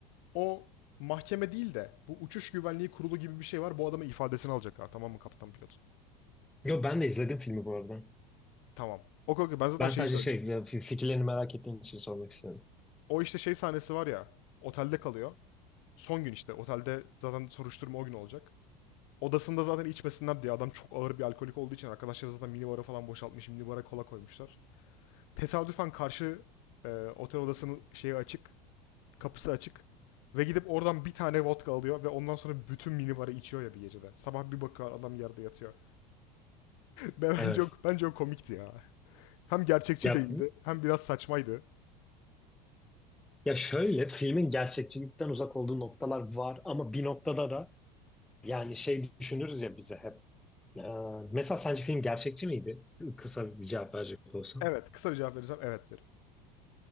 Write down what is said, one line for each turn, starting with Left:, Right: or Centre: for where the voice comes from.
Left: o mahkeme değil de bu uçuş güvenliği kurulu gibi bir şey var. Bu adamın ifadesini alacaklar tamam mı kaptan pilot?
Centre: Yo ben de izledim filmi bu arada.
Left: Tamam. Okey okey ben zaten
Centre: Ben
Left: şeyi
Centre: sadece
Left: söylüyorum.
Centre: şey ya, fi- fikirlerini merak ettiğim için sormak istedim.
Left: O işte şey sahnesi var ya otelde kalıyor. Son gün işte otelde zaten soruşturma o gün olacak. Odasında zaten içmesinler diye adam çok ağır bir alkolik olduğu için arkadaşlar zaten minibara falan boşaltmış. Minibara kola koymuşlar. Tesadüfen karşı e, otel odasının şeyi açık. Kapısı açık. Ve gidip oradan bir tane vodka alıyor ve ondan sonra bütün minibarı içiyor ya bir gecede. Sabah bir bakıyor adam yerde yatıyor. Be- Bence
Centre: Evet.
Left: o, bence o komikti ya. Hem gerçekçi
Centre: Ya,
Left: değildi, hem biraz saçmaydı.
Centre: ya şöyle filmin gerçekçilikten uzak olduğu noktalar var ama bir noktada da yani şey düşünürüz ya bize hep. Ee, mesela sence film gerçekçi miydi? Kısa bir cevap verecek olsam.
Left: Evet, kısa bir cevap verirsem evet derim.